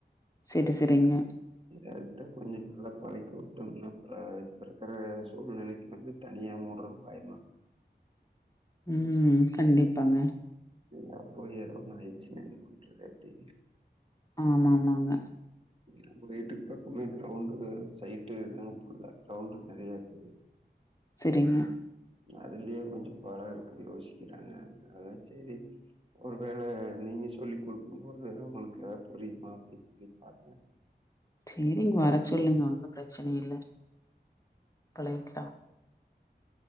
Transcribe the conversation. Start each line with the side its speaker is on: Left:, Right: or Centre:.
Left: செரி செரிங்க
Right: டேரக்டா கொஞ்சோ நல்லா பழக்கி உட்டோம்னா இப்ப இருக்கற சூழ்நிலைக்கு வந்து தனியா மோட்றதுக்கு பயம்தா
Left: ம் கண்டிப்பாங்க
Right: நா போயே ரொம்ப நாளாயிடுச்சுங்க என்ன பண்ற எப்டின்னு
Left: ஆமா ஆமாங்க
Right: நம்ம வீட்டுக்கு பக்கமே கிரௌண்டு் சைட்டுங்க ஃபுல்லா கிரௌண்ட் நெறைய இருக்குது
Left: செரிங்க
Right: அதுலே கொஞ்சோ பலம் இருக்குது யோசிக்கிறாங்க அதனால சேரி ஒரு வேள நீங்க சொல்லி் குடுக்கும் போது உங்களுக்கு எதா புரியுமா அப்டின் சொல்லி பார்த்தேன்
Left: சேரி இங்க வர சொல்லுங்க ஒன்னும் பிரச்சனை இல்ல பழகிக்கலாம்